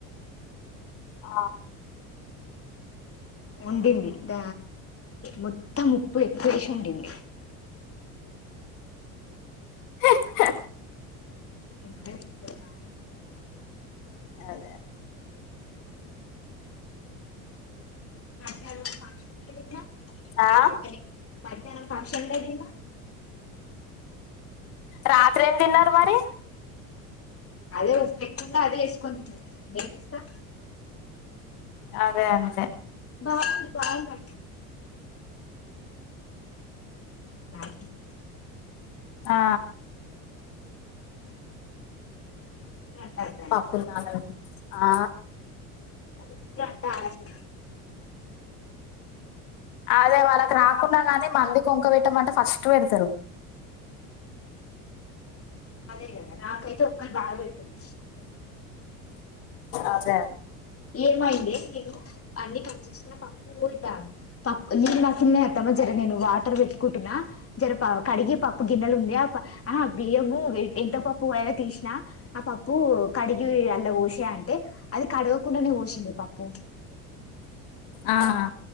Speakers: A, on the left (about 70°); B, on the left (about 30°).
A: ఆ
B: ఉండింది ద మొత్తం ఉప్పు ఎక్కువ వేసి ఉండింది
A: హే హా
B: ఎంట తీస్కో రా అని
A: అదే అ
B: మధ్యానం ఫంక్షన్ ఉన్న దేట్ల
A: ఆ?
B: అయితే గానీ మధ్యాహ్నం ఫంక్షన్ల తిన్నా <inaudible>
A: రాత్రి ఏం తిన్నారు మరి
B: అదే ఉప్పేకున్నా అదే వేసుకొని తిన్నా
A: అది అంతే
B: బాగుంది బాగున్నా <inaudible> <inaudible> <unintelligible>
A: ఆ
B: కూర అంటారు దాన్ని
A: పాప్పున్నాాల ఆ
B: అన్ని అంత
A: అదే వాళ్ళకి రాకుండా కానీ మంది కొంక పెట్టమంటే ఫస్ట్ పెడతారు
B: అదే కదా నాకైతే ఒక్కలు బాగా పెడుతరు
A: ఆధా
B: ఏమైంది నేను అన్ని కట్ చేసిన పప్పు ఇద్ద పప్పు నిరు మాకిన్న అత్తామా జర నేను వాటర్ పెట్టుకుంటున్నా జర కడిగ పప్పు గిన్నెలు ఉంది ఆ ఆ బియ్యము వె ఎంత ప <inaudible> పోయె తీసిన ఆ పప్పు కడిగి అల్ల పోసా అంటే అది కడు కుండానే పోసింది పప్పు
A: ఆహా